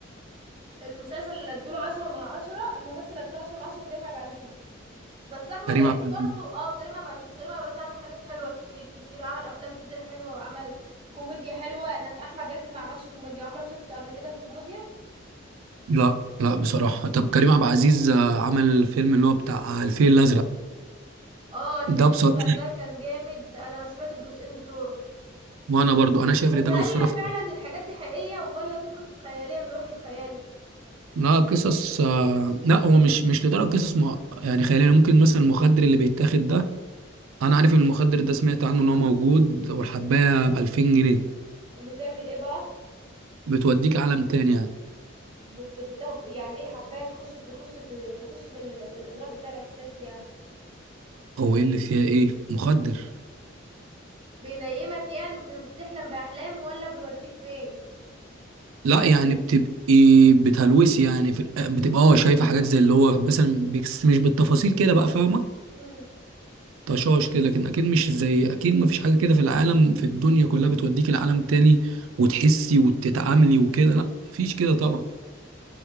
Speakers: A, on the right (about 25°); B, on the right (about 85°).
A: المسلسل اللي ادوله عشرة من عشرة الممثل اللي ادوله عشرة من عشرة كريم عبد العزيز بس احمد
B: كريم
A: عز
B: عبد العزيز
A: برضو اه كريم عبد العزيز كريم عبد العزيز عمل حاجات حلوة كتير كتير عمل افلام كتير حلوة وعمل كوميديا حلوة انك احمد عز ما عملش كوميديا عمرك شفته قبل كده في كوميديا
B: لا لا بصراحه طب كريم عبد العزيز آه، عمل فيلم اللي هو بتاع الفيل الازرق
A: اه الفيل
B: ده
A: الازرق
B: بصراحه
A: ده كان جامد ده انا سمعت الجزئين بتوعه
B: وانا برضو انا شايف
A: بس
B: ان ده
A: هل
B: لو صرف
A: فعلا الحاجات دي حقيقية ولا دي قصص خيالية من وحي الخيال
B: لا قصص آه، لا هو مش مش لدرجه قصص مع... يعني خياليه ممكن مثلا المخدر اللي بيتاخد ده انا عارف ان المخدر ده سمعت عنه ان هو موجود والحبايه ب 2000 جنيه
A: بتعمل ايه بقى
B: بتوديك عالم تاني يعني
A: بت... بت... يعني ايه حبايه تخش تخش تخش في ال... في الادراك بتاع الاحساس يعني
B: هو ايه اللي فيها ايه مخدر
A: بينيمك يعني وبتحلم بأحلام ولا بيوديك فين
B: لا يعني بتبقي بتهلوسي يعني في الأ- بتبقى اه شايفه حاجات زي اللي هو مثلا بيكس مش بالتفاصيل كده بقى فاهمه
A: امم
B: طشاش كده لكن اكيد مش زي اكيد ما فيش حاجه كده في العالم في الدنيا كلها بتوديك لعالم تاني وتحسي وتتعاملي وكده لا مفيش كده طبعا